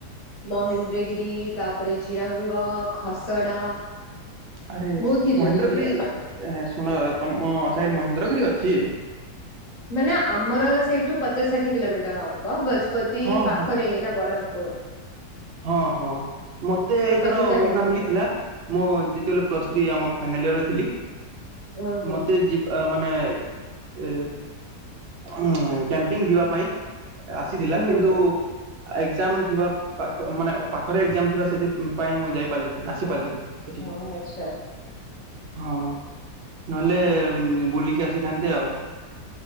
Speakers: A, on the left; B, on the right.
A: ମହେନ୍ଦ୍ରଗିରି ତା ତାପରେ ଝିରାଙ୍ଗ, ଖସଡା
B: ଆରେ
A: ବହୁତ କିଛି
B: ମହେନ୍ଦ୍ରଗିରି
A: ଅଛି ବୋଲି
B: ଏ ଏ ଶୁଣ ତମ ସାଇଡ଼ ମହେନ୍ଦ୍ରଗିରି ଅଛି?
A: ମାନେ ଆମର ସେଇଠୁ ପଚାଶ ଷାଠି କିଲୋମିଟର ହ ବ ଗଜପତି
B: ହଁ
A: ପାଖରେ
B: ହଁ
A: ଏଇନା ବରମ୍ପୂର୍।
B: ହଁ ହଁ ମତେ
A: ତ
B: ଏଇଥର
A: ପଚାଶ ଷାଠିଏ
B: ମୌକା
A: କିଲୋମିଟର
B: ମିଲିଥିଲା ମୁଁ ଯେତେବେଳେ ପ୍ଲ ଥ୍ରୀ ଆମ ଫାଇନାଲିୟରରେ ଥିଲି।
A: କଣ ପାଇଁ?
B: ମତେ ମାନେ ଉ କ୍ୟାମ୍ପିଙ୍ଗ ଯିବା ପାଇଁ। ଆସିଥିଲା
A: ହୁଁ ହୁଁ
B: କିନ୍ତୁ
A: ହୁଁ।
B: ଏକ୍ଜାମ ଥିବା ପାଖ ମାନେ ପାଖରେ ଏକ୍ଜାମ ଥିବା ସେଥିପାଇ ମୁଁ ଯାଇପାରିଲିନି ଆସିପାରିଲିନି ସେଠିକି।
A: ହଁ ଆଚ୍ଛା
B: ହଁ ନହେଲେ
A: ହୁଁ
B: ବୁଲିକି ଆସିଥାନ୍ତେ ଆଉ।